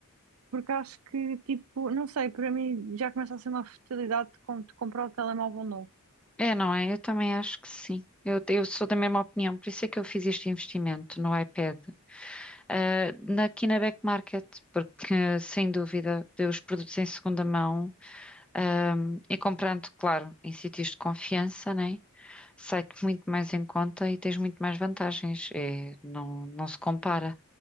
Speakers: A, on the right; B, in the centre.
A: porque acho que, tipo, não sei, para mim já começa a ser uma futilidade de, com- de comprar o telemóvel novo.
B: É, não é? Eu também acho que sim. Eu, eu sou da mesma opinião, por isso é que eu fiz este investimento no iPad. ah, na, aqui na Back Market, porque sem dúvida, os produtos em segunda mão, ah, e comprando, claro, em sítios de confiança, né? Sai-te muito mais em conta e tens muito mais vantagens. É, não, não se compara.